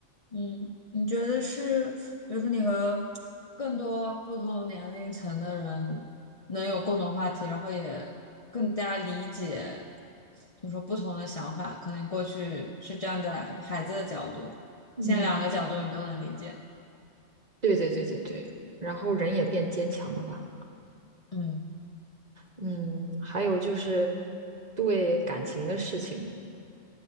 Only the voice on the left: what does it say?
嗯，你觉得是，比如说你和更多不同年龄层的人能有共同话题，然后也更加理解，就是说不同的想法，可能过去是站在孩子的角度，
现在两个角度你都能理解。
嗯